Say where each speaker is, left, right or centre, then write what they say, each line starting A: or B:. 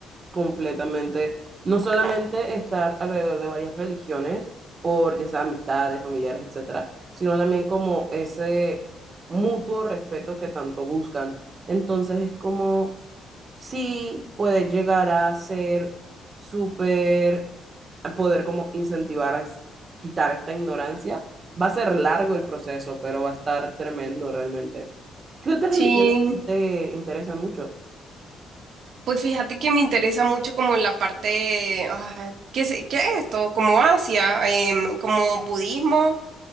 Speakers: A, on the right (about 40°); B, on the right (about 65°).
A: completamente, no solamente estar alrededor de varias religiones, por ya sea amistades, familiares, etcétera, sino también como ese mutuo respeto que tanto buscan. Entonces es como sí puede llegar a ser súper, a poder como incentivar a es- quitar esta ignorancia. Va a ser largo el proceso, pero va a estar tremendo realmente. ¿Qué otras
B: Sí,
A: religiones así te interesan mucho?
B: pues fíjate que me interesa mucho como la parte, ah, ¿qué, se- qué es esto? Como Asia, em, como budismo.